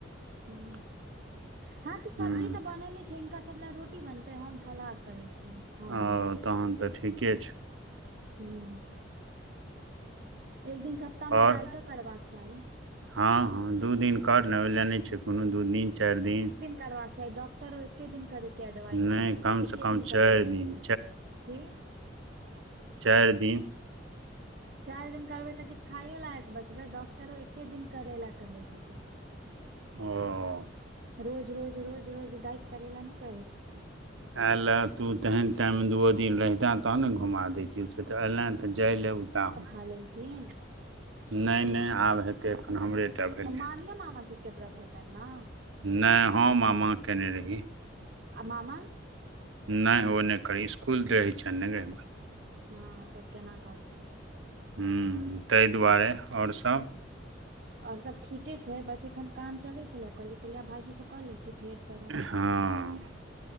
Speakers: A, on the right; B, on the right.
A: हूँ। हँ तऽ सब्जी
B: हूँ
A: तऽ बनले छै हिनका सब लए रोटी बनतै हम फलाहार करै छियै। हम
B: हँ
A: मम्मी
B: तहन तऽ ठीके छो।
A: हूँ। एक दिन सप्ताह
B: आओर
A: मे डाइटो करबाक चाही।
B: हँ हँ दू दिन कर नऽ ओय लेए नै छै कोनो दू दिन चैर दिन।
A: करबाक चाही डॉक्टरो एके दिन करैके एडवाइस
B: नहि
A: दै छथिन
B: कमसँ
A: एके
B: कम
A: दिन करै
B: चारि
A: लेल
B: दिन
A: कहै छथिन कि
B: चैर दिन
A: चैर दिन करबै तऽ किछ खाइयो लायक बचबै डॉक्टरो एके दिन करे लए कहै छथिन।
B: ओ
A: रोज रोज रोज-रोज डाइट करै लै नहि कहै छथिन।
B: एंलै तू तेहन टाइममे दुइओ दिन रहितैं, तहन न घुमा देैतियौ, से तऽ एलैं तऽ जाइ ले उताहू
A: आ लेलखिन
B: नहि-नहि आब हेतै एखन हमरे टा भेलै
A: तऽ मामियो-मामा सभके व्रत हेतनि न?
B: नहि हम आ मां केने रही।
A: आ मामा?
B: नहि ओ नहि करी इसकुल रहै छैन ने गै
A: हँ तब केना करथिन।
B: हँ, ताहि दुआरे आओर सभ।
A: आओर सभ ठीके छै, बस एखन काम चलै छलै, कहलियै पहिले भायजीसँ कऽ लै छी, फेर करब
B: हँ